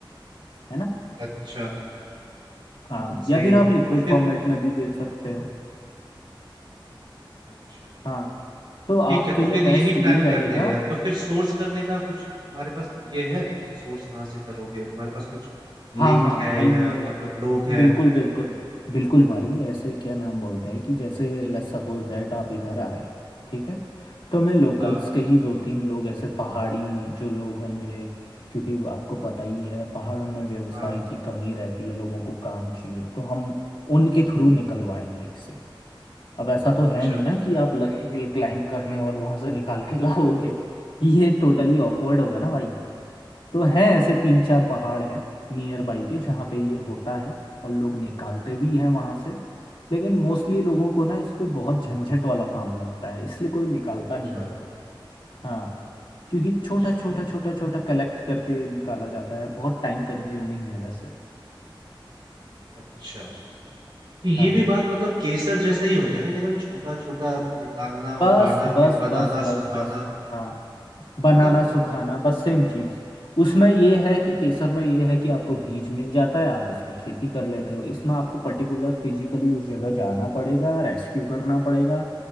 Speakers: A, on the left; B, on the right.
A: है ना
B: अच्छा
A: हाँ
B: सही
A: या फिर आप
B: है
A: लिक्विड
B: तो फिर
A: फॉर्मेट में भी बेच सकते हो
B: अच्छा
A: हाँ तो आपके
B: ठीक है तो फिर
A: लिए
B: यही
A: बेस्ट
B: प्लान
A: ये रहेगा
B: करते हैं यार तो फिर सोर्स करने का कुछ तुम्हारे पास ये है मतलब सोर्स कहाँ से करोगे तुम्हारे पास कुछ लिंक
A: हाँ हाँ
B: है
A: भाई
B: या
A: मैं
B: मतलब लोग हैं
A: बिल्कुल बिल्कुल बिल्कुल भाई ऐसे क्या नाम बोलते हैं कि जैसे लेट्स सपोज दैट आप इधर आए ठीक है तो मैं लोकल्स
B: हाँ
A: के ही दो तीन लोग ऐसे पहाड़ी जो लोग होंगे क्योंकि वो आपको पता ही है पहाड़ों में व्यवसाय
B: हाँ
A: की कमी रहती है लोगों को काम चाहिए तो हम उनके थ्रू निकलवाएंगे इसे अब ऐसा तो
B: अच्छा
A: है नहीं ना कि आप लगे हिल क्लाइंब करने और वहां से निकाल के लाओगे ये टोटली ऑकवर्ड होगा ना भाई तो हैं ऐसे तीन चार पहाड़ हैं नियर बाई के जहाँ
B: हम्म
A: पे ये होता है और लोग निकालते भी हैं वहाँ से लेकिन मोस्टली लोगों को ना इस पे बहुत झंझट वाला काम लगता है इसलिए कोई निकालता
B: अच्छा
A: नहीं है भाई हाँ क्योंकि
B: अच्छा
A: छोटा छोटा छोटा छोटा कलेक्ट करके निकाला जाता है बहुत टाइम कंज्यूमिंग है वैसे
B: अच्छा तो ये
A: हाँ
B: भी बात मतलब केसर जैसा ही हो गया ना कि एकदम छोटा छोटा निकालना उगाना
A: बस बस
B: फिर बनाना
A: बस बस
B: सुखाना
A: बस हाँ बनाना
B: है ना
A: सुखाना बस सेम चीज उसमें ये है कि केसर में ये है कि आपको बीज मिल जाता है आप उसकी खेती कर लेते हो इसमें आपको पर्टिकुलर फिजिकली उस जगह जाना पड़ेगा रेस्क्यू करना पड़ेगा